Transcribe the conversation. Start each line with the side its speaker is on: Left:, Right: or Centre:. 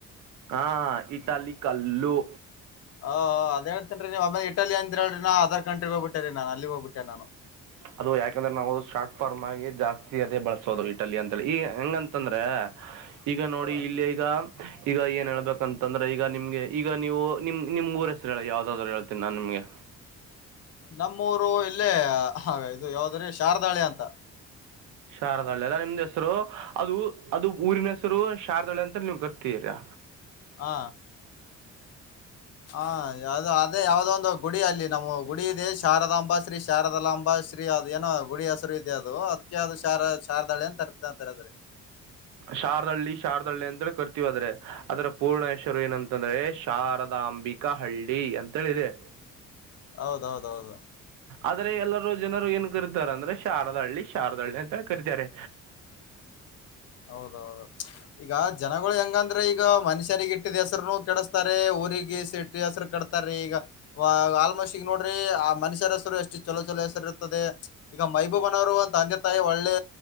Right: ಹಾ ಇಟಲಿ ಕಲ್ಲು
Left: ಹ ಅದ ಹೇಳ್ತೇನ್ ರೀ ನೀವು ಇಟಲಿ ಅಂದಿರೀ ಹೇಳಿ ನ ಅದರ್ ಕಂಟ್ರಿಗೆ ಹೋಗ್ಬಿಟ್ಟ ರ ನನ್ ಅಲ್ಲಿ ಹೋಗಬಿಟ್ಟೆ ನಾನು
Right: ಅದು ಯಾಕಂದ್ರೆ ನಾವು ಶಾರ್ಟ್ ಫಾರ್ಮ್ ಆಗಿ ಜಾಸ್ತಿ ಅದೇ ಬಳಸೋದು ಇಟಲಿ ಅಂತಿ ಈಗ ಹೆಂಗಂತಂದ್ರೆ ಈಗ ನೋಡಿ ಇಲ್ಲಿ ಈಗ ಈಗ ಏನ್ ಹೇಳ್ಬೇಕಂತಂದ್ರೆ ಈಗ ನಿಮ್ಗೆ ಈಗ ನೀವು ನಿಮ ನಿಮ್ ಊರ ಹೆಸರು ಹೇಳ ಯಾವ್ದಾದ್ರು ಹೇಳ್ತನಿ ನಾನ್ ನಿಮ್ಗೆ
Left: ನಮ್ಮೂರು ಇಲ್ಲೇ ಇದು ಯಾವದ್ರಿ ಶಾರದಾಳಿ ಅಂತ
Right: ಶಾರದಾಳ್ಳಿ ಎಲ್ಲ ನಿಮ್ದ್ ಹೆಸರು ಅದು ಅದು ಊರಿನ ಹೆಸರು ಶಾರದಾಳ್ಳಿ ಅಂತ ನೀವ್ ಕರ್ತೀರಾ
Left: ಹಾ ಹಾ ಯಾವ್ದೋ ಅದೇ ಯಾವ್ದ ಒಂದು ಗುಡಿ ಅಲ್ಲಿ ನಮ್ಮ ಗುಡಿ ಇದೆ ಶಾರದಾಂಬ ಶ್ರೀ ಶಾರದಳಾಂಬ ಶ್ರೀ ಅದ ಏನೋ ಗುಡಿ ಹೆಸರು ಇದೆ ಅದು ಅದಕ್ಕೆ ಅದು ಶಾರ ಶಾರದಾಳಿ ಅಂತ ಕರ್ತ <unintelligible>
Right: ಶಾರದಹಳ್ಳಿ ಶಾರದಹಳ್ಳಿ ಅಂತೇಳಿ ಕರ್ತೀವಿ ಅದ್ರೆ ಅದರ ಪೂರ್ಣ ಹೆಸರು ಏನಂತಂದ್ರೆ ಶಾರದಾಂಬಿಕ ಹಳ್ಳಿ ಅಂತೇಳಿದೆ
Left: ಹೌದೌದೌದು
Right: ಆದ್ರೆ ಎಲ್ಲರೂ ಜನರು ಏನ್ ಕರೀತಾರ ಅಂದ್ರೆ ಶಾರದಾ ಹಳ್ಳಿ ಶಾರದಾಹಳ್ಳಿ ಅಂತ ಕರೀತಾರೆ
Left: ಹೌದೌದು ಈಗ ಜನಗಳು ಹೆಂಗಂದ್ರೆ ಈಗ ಮನುಷ್ಯರಿಗ ಇಟ್ಟಿದ ಹೆಸರುನು ಕೆಡಿಸಸ್ತಾರೆ ಊರಿಗೆಟ್ಟ ಹೆಸರು ಕೆಡತಾರೀ ಈಗ ಆಲ್ಮೋಸ್ಟ್ ಈಗ ನೋಡ್ರಿ ಆ ಮನುಷ್ಯರ ಹೆಸರು ಎಷ್ಟು ಚೊಲೋ ಚಲೋ ಹೆಸರು ಇರ್ತದೆ ಈಗ ಮೈಬೂಬನವರು ಒಂದ ತಂದೆ ತಾಯಿ ಒಳ್ಳೆ